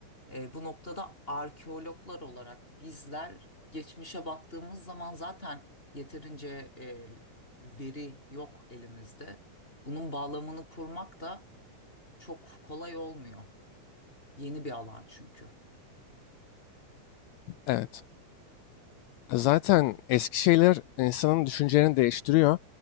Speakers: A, on the left; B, on the left.
A: E, bu noktada arkeologlar olarak bizler geçmişe baktığımız zaman zaten yeterince e, veri yok elimizde. Bunun bağlamını kurmak da çok kolay olmuyor. Yeni bir alan çünkü.
B: Evet. E, Zaten eski şeyler insanın düşüncelerini değiştiriyor.